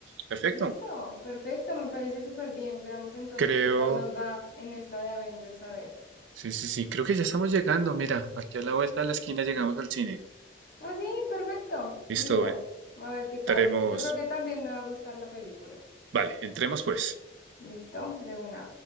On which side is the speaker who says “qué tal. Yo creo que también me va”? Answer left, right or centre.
Left